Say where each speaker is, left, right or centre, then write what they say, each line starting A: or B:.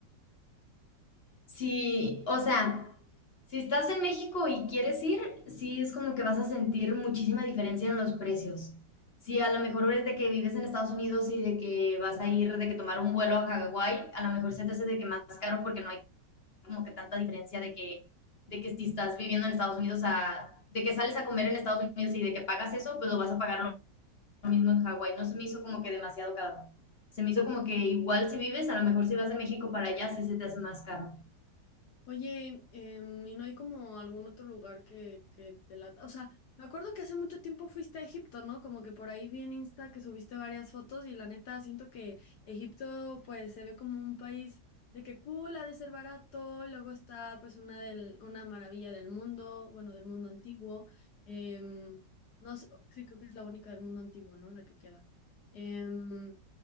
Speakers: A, on the left (about 50°); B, on the left (about 65°).
A: Sí, o sea, si estás en México y quieres ir, sí es como que vas a sentir muchísima diferencia en los precios. Si a lo mejor es de que vives en Estados Unidos y de que vas a ir, de que tomar un vuelo a Hawái, a lo mejor se te hace de que más caro porque no hay como que tanta diferencia de que, de que si estás viviendo en Estados Unidos, a, de que sales a comer en Estados Unidos y de que pagas eso, pues lo vas a pagar lo mismo en Hawái. No se me hizo como que demasiado caro. Se me hizo como que igual si vives, a lo mejor si vas de México para allá, sí se te hace más caro.
B: Oye, em, ¿y no hay como algún otro lugar que, que te la... O sea, me acuerdo que hace mucho tiempo fuiste a Egipto, ¿no? Como que por ahí vi en Insta que subiste varias fotos y la neta siento que Egipto pues se ve como un país de que cool, ha de ser barato, luego está pues una, del, una maravilla del mundo, bueno, del mundo antiguo. em, no sé, sí, creo que es la única del mundo antiguo, ¿no? La que queda. Em,